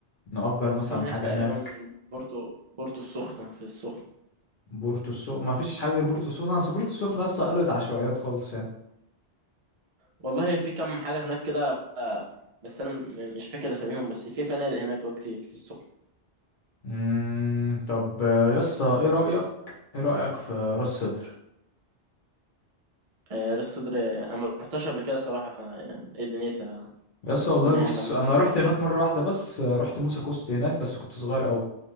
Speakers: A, on the left (about 50°); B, on the right (about 50°).
A: نأجر مثلا
B: في هناك
A: حاجة
B: تقريبا
A: هناك
B: بورتو بورتو السخنه في السخنه
A: بورتو السخنة ما فيش حاجة غير بورتو السخنة بس بورتو السخنة لسه قلبت عشوائيات خالص يعني
B: والله في كم حاجه هناك كده آه، بس انا م- مش فاكر اساميهم بس في فنادق هناك أه، كتير في السخنه
A: امم طب آه، يس ايه رأيك ايه رأيك في راس سدر
B: آه، راس صدر آه، انا ما رحتش قبل كده صراحه ف يعني ايه دنيتها
A: يس والله
B: الدنيا
A: بص
B: هناك عامله
A: انا
B: ازاي
A: رحت هناك مرة واحدة بس آه، رحت موسى كوست هناك بس كنت صغير قوي